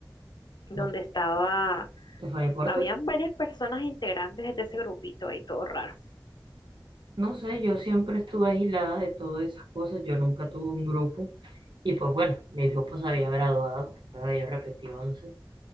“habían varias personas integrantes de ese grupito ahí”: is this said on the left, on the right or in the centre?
Left